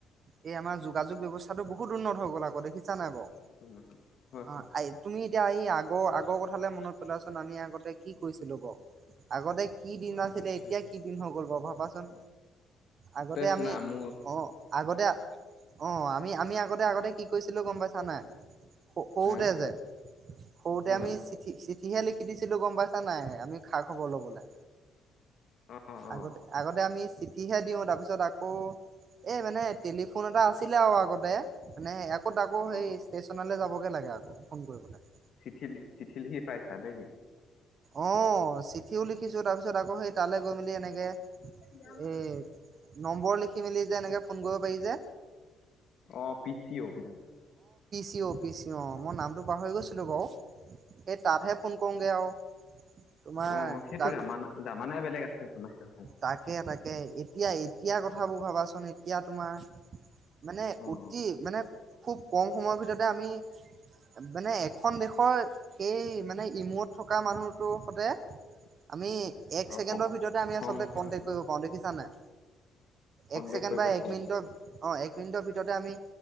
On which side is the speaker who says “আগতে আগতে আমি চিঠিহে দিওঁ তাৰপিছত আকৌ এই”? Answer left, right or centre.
Right